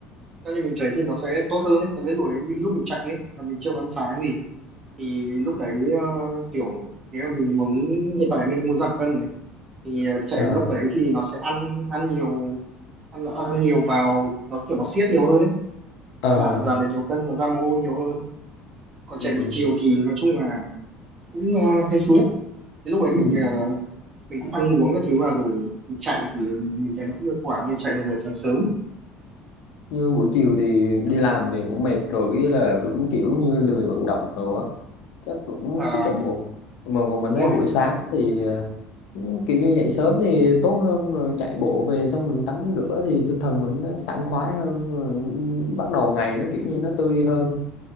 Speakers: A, on the right; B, on the left.
A: cho nên mình chạy thì nó sẽ tốt hơn ấy. Tại vì lúc ấy mình lúc mình chạy ấy là mình chưa có ăn sáng gì thì lúc đấy ờ, kiểu nếu mà mình muốn hiện tại mình đang muốn giảm cân này thì ờ, chạy
B: Ờ,
A: vào lúc đấy thì nó sẽ ăn ăn nhiều ăn ăn nhiều vào nó kiểu nó siết nhiều hơn ấy
B: ờ,
A: nó giảm giảm được nhiều cân nó ra mồ hôi nhiều hơn còn
B: ừ,
A: chạy buổi chiều thì nói chung là cũng uh, hên xui lắm đến lúc ấy mình
B: ừ.
A: ờ, mình cũng ăn uống các thứ vào rồi mình chạy thì mình thấy nó không hiệu quả như chạy vào buổi sáng sớm
B: Như buổi chiều thì đi làm về cũng mệt rồi cái là cũng kiểu như lười vận động rồi á chắc cũng
A: Ờ,
B: ít chạy bộ mà còn mình
A: đúng
B: thấy
A: rồi
B: buổi sáng thì ờ, kiểu như dậy sớm thì tốt hơn rồi chạy bộ về xong mình tắm rửa thì tinh thần mình nó sảng khoái hơn rồi bắt đầu ngày nó kiểu như nó tươi hơn